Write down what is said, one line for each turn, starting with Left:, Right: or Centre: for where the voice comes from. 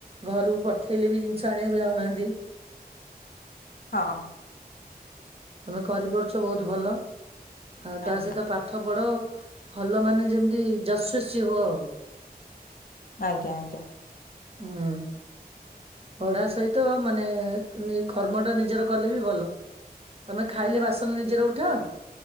Right: ଘରୁକୁ ପଠେଇଲେ ବି ଜିନ୍ଷ ଆଣିବାକୁ ଯାଉନାହାନ୍ତି।
Left: ହଁ।
Right: ତମେ କରିପାରୁଛ ବୋହୁତୁ ଭଲ ଆଉ
Left: ଆଜ୍ଞା
Right: ତା ସହିତ ପା ଠ ପଢ ଭଲ ମାନେ ଯେମିତି ଜସ୍ଵଶି ହୁଅ ଆଉ।
Left: ଆଜ୍ଞା ଆଜ୍ଞା।।
Right: ହୁଁ। ପଢା ସହିତ ମାନେ କର୍ମଟା ନିଜର କଲେ ବି ଭଲ। ତମେ ଖାଇଲେ ବାସନ ନିଜର ଉଠାଅ?